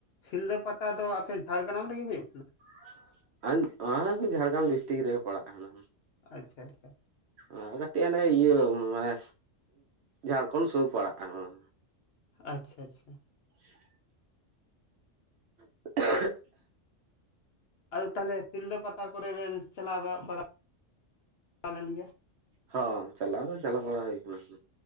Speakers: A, on the left; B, on the right.
A: ᱥᱤᱞᱫᱟᱹ ᱯᱟᱛᱟ ᱫᱚ ᱟᱯᱮ ᱡᱷᱟᱲᱜᱨᱟᱢ ᱨᱮᱜᱮ ᱦᱩᱭᱩᱜ ᱠᱟᱱᱟ?
B: <inaudible> ᱟᱧ ᱚᱱᱟ ᱦᱚᱸ ᱡᱷᱟᱲᱜᱨᱟᱢ ᱰᱤᱥᱴᱤᱠ ᱨᱮᱜᱮ ᱯᱟᱲᱟᱜ ᱠᱟᱱᱟ᱾
A: ᱟᱪᱪᱷᱟ ᱪᱷᱟ᱾
B: ᱟᱨ ᱠᱟᱹᱴᱤᱡ ᱦᱟᱱᱮ ᱤᱭᱟᱹ ᱢᱟᱱᱮ ᱡᱷᱟᱲᱠᱷᱚᱱᱰ ᱥᱩᱨ ᱯᱟᱲᱟᱜᱼᱟ ᱠᱟᱱᱟ᱾
A: ᱟᱪᱪᱷᱟ ᱪᱷᱟ᱾
B: <inaudible> <unintelligible>
A: ᱟᱫᱚ ᱛᱟᱦᱚᱞᱮ ᱥᱤᱞᱫᱟᱹ ᱯᱟᱛᱟ ᱠᱚᱨᱮ ᱵᱮᱱ ᱪᱟᱞᱟᱣ ᱵᱟᱜ ᱵᱟᱲᱟ ᱞᱮᱱ ᱜᱮᱭᱟ᱾
B: ᱦᱚᱸ ᱪᱟᱞᱟᱣ ᱫᱚ ᱪᱟᱞᱟᱣ ᱵᱟᱲᱟ ᱦᱩᱭ ᱟᱠᱟᱱᱟ᱾